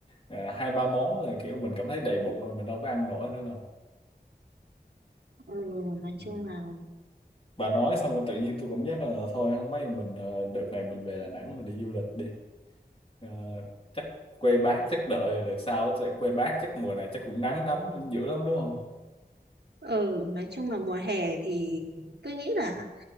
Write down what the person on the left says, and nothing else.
ờ, hai ba món là kiểu mình cảm thấy đầy bụng rồi mình đâu có ăn nổi nữa đâu
Ừm.
bà nói xong rồi tự nhiên tôi cảm giác là thôi không mấy mình ờ, đợt này mình về Đà Nẵng mình đi du lịch đi Ờ, chắc quê bác chắc đợi đợt sau tại quê bác chắc mùa này chắc cũng nắng lắm dữ lắm đúng không